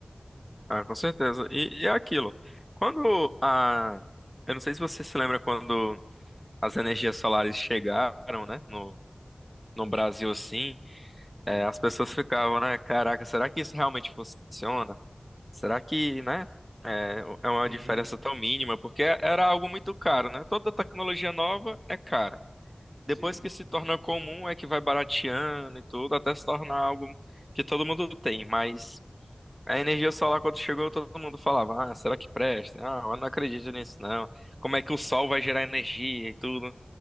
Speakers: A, in the centre; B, on the right.
A: Ah, com certeza. E, e é aquilo. Quando a. Eu não sei se você se lembra quando as energias solares chegaram, né, no, no Brasil, assim, eh,
B: Sim,
A: as pessoas ficavam, né, caraca, será que isso realmente funciona? Será que, né? É, é uma
B: sim.
A: diferença tão mínima, porque era algo muito caro, né? Toda tecnologia nova é cara. Depois
B: Sim.
A: que se torna comum, é que vai barateando e tudo, até se tornar algo que todo mundo tem. Mas a energia solar, quando chegou, todo mundo falava: Ah, será que presta? Ah, eu não acredito nisso, não. Como é que o sol vai gerar energia e tudo?